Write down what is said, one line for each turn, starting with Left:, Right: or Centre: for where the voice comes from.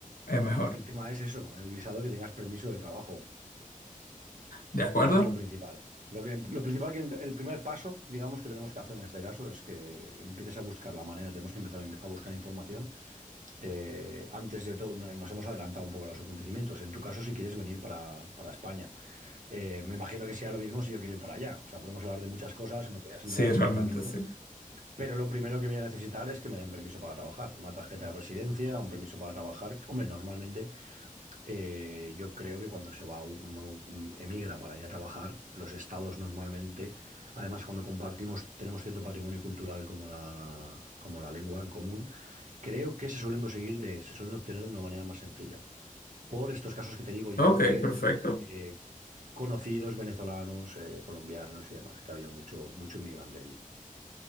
Left: es mejor.
Right: el tema es eso, el visado que tengas permiso de trabajo.
Left: ¿De acuerdo?
Right: Eso es lo principal. Lo que, lo principal que el primer paso, digamos, que tenemos que hacer en este caso es que empieces a buscar la manera, tenemos que empezar a in- a buscar información eh, antes de todo, no- nos hemos adelantado un poco a los acontecimientos. En tu caso, si quieres venir para, para España, Eh, me imagino que sea lo mismo si yo quiero ir para allá. O sea, podemos hablar de muchas cosas, me podías
Left: Sí,
Right: emplear con
Left: realmente
Right: funcionamiento,
Left: sí.
Right: pero lo primero que voy a necesitar es que me den permiso para trabajar, una tarjeta de residencia, un permiso para trabajar. Hombre, normalmente eh, yo creo que cuando se va uno mm, emigra para ir a trabajar, los estados normalmente, además cuando compartimos, tenemos cierto patrimonio cultural como la, como la lengua en común, creo que se suelen conseguir de, se suelen obtener de una manera más sencilla. Por estos casos que te digo yo
Left: Ok,
Right: de
Left: perfecto.
Right: eh, conocidos venezolanos, eh, colombianos y demás, que había mucho, mucho inmigrante aquí.